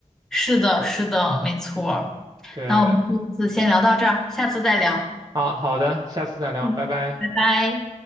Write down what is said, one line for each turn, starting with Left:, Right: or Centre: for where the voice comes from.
Centre: 是的，是的，没错儿
Right: 对，
Centre: 那我们这次先聊到这儿，下次再聊。
Right: 啊，好的，下次再聊，
Centre: 嗯，
Right: 拜拜。
Centre: 拜拜。